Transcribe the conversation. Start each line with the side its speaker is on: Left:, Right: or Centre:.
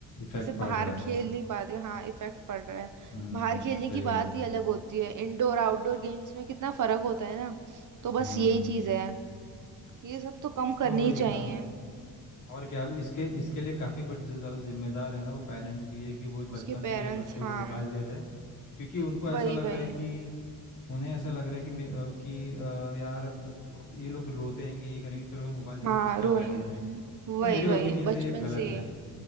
Left: इफेक्ट
Right: जैसे बाहर
Left: पड़ रहा है
Right: खेल नहीं पाते हाँ इफेक्ट पड़ रहा है
Left: हम्म
Right: बाहर खेलने
Left: सही
Right: की बात
Left: कहा
Right: ही अलग होती है इंडोर आउटडोर गेम्स में कितना फर्क होता है ना तो बस
Left: हम्म
Right: यही चीज है ये सब तो कम करनी
Left: हाँ वही
Right: ही चाहिए
Left: हाँ और क्या अब इसके इसके लिए काफ़ी बड़ जो ज़्यादा जिम्मेदार है ना वो पेरेंट्स भी है कि वो बचपन
Right: उसके
Left: से
Right: पेरेंट्स
Left: बच्चों
Right: हाँ
Left: को मोबाइल दे रहे हैं क्योंकि उनको ऐसा
Right: वही
Left: लग
Right: वही
Left: रहा है कि उन्हें ऐसा लग रहा है कि मे- अ, कि अ, यार अब को- ये लोग रोते रहेंगे ये करेंगे चलो भाई मोबाइल दे
Right: हाँ
Left: दो चुपचाप
Right: रोए
Left: बैठे तो रहेंगे तो
Right: वही
Left: मेरे
Right: वही
Left: ओपिनियन
Right: बचपन
Left: से ये गलत
Right: से
Left: है ये